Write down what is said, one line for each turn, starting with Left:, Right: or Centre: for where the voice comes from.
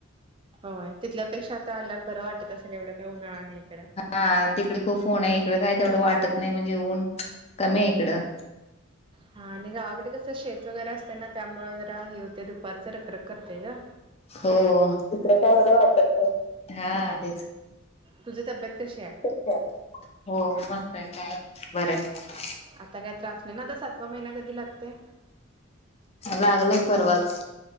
Right: होय, तिथल्यापेक्षा आता आल्यावर बरं वाटत असेल, एवढं काय उन्हाळा नाही इकडं.
Left: आ तिकडे खूप ऊन आहे, इकडं काय तेवढं वाटत नाही. म्हणजे ऊन कमी आहे इकडं.
Right: हा आणि गावाकडे कसं शेत वगैरे असतंय ना, त्यामुळे जरा हे होतेय दुपारचं रखरख करतेय गं.
Left: हो इकडे काय एवढं वाटत नाही, हा तेच.
Right: तुझी तब्येत कशी या?
Left: <unintelligible> हो मस्त आहे, काय बरंये.
Right: आता काय त्रास नाही ना? आता सातवा महिना कधी लागतंय?
Left: लागलं परवाच